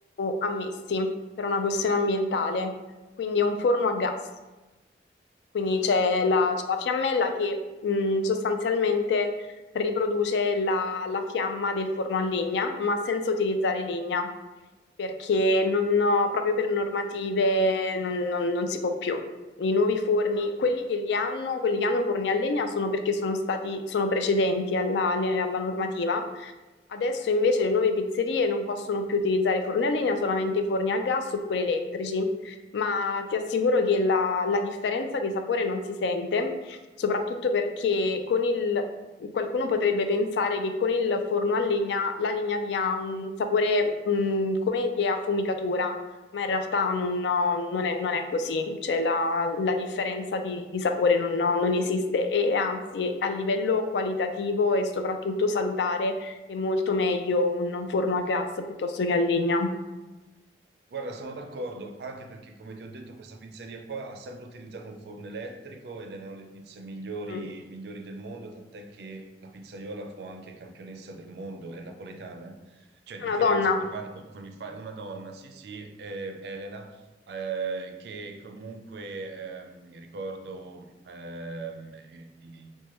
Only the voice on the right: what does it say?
Guarda, sono d'accordo, anche perché come ti ho detto questa pizzeria qua ha sempre utilizzato un forno elettrico ed erano le pizze migliori,
migliori del mondo, tant'è che la pizzaiola fu anche campionessa del mondo, è napoletana, cioè di
Firenze
con i pali- con i pa- una donna, sì sì, eh, Elena, eh, che comunque ehm, ricordo ehm, eh, di,